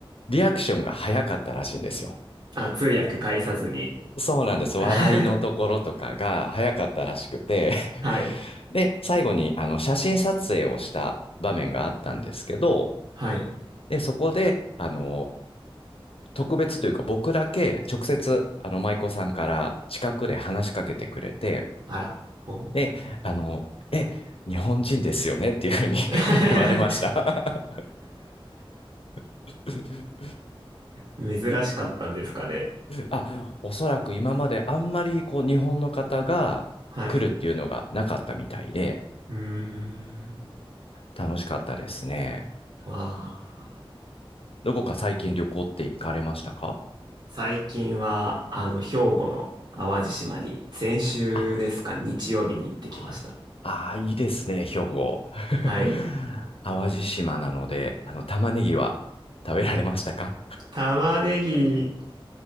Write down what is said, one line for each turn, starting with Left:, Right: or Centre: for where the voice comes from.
Left: リアクションが早かったらしいんですよ。
Right: あ、通訳介さずに。
Left: そうなんです。
Right: あ
Left: 笑いのところとかが早かったらしくて
Right: <laughs> はい。
Left: <laughs> で、最後にあの写真撮影をした場面があったんですけど、
Right: はい。
Left: で、そこで、あの、特別というか僕だけ直接、あの、舞妓さんから近くで話しかけてくれて、
Right: あら。おう
Left: で、あの、え、日本人ですよねっていうふうに
Right: <laughs>
Left: <laughs> 言われました <laughs>
Right: 珍しかったんですかね。
Left: あ、おそらく今まであんまりこう日本の方が来るっていうのがなかったみたいで、
Right: はい。うーん。
Left: 楽しかったですね。
Right: まあ、
Left: どこか最近旅行って行かれましたか
Right: 最近は、あの、兵庫の淡路島に、先週ですか、
Left: あ、
Right: 日曜日に行ってきました。
Left: はい。ああ、いいですね、兵庫。
Right: はい。
Left: <laughs> 淡路島なので、あの、玉ねぎは食べられましたか
Right: 玉ねぎ、